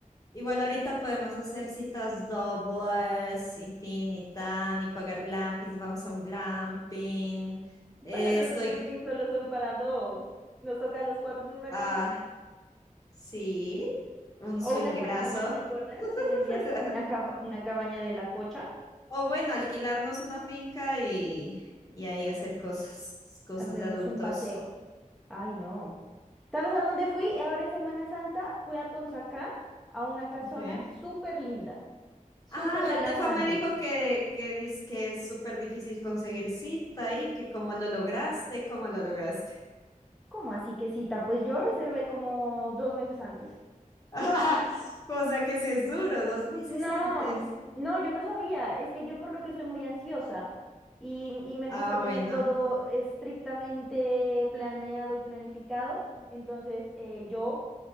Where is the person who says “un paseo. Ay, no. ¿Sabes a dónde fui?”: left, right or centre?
Centre